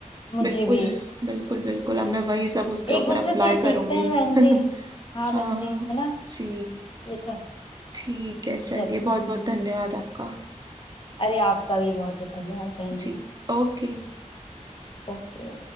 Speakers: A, on the left; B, on the right.
A: मुझे
B: बिल्कुल
A: भी
B: बिल्कुल बिल्कुल अब मैं वही सब उसके ऊपर
A: एक दूसरे
B: अप्लाई
A: से सीखते
B: करूंगी
A: हैं बहन
B: <laughs>
A: जी हाँ
B: हाँ
A: बहन जी है ना
B: जी
A: ये तो है
B: ठीक है चलिए
A: चलिए
B: बहुत बहुत
A: बहन
B: धन्यवाद
A: जी
B: आपका
A: अरे आपका भी बहुत बहुत धन्यवाद बहन
B: जी
A: जी
B: ओके
A: ओके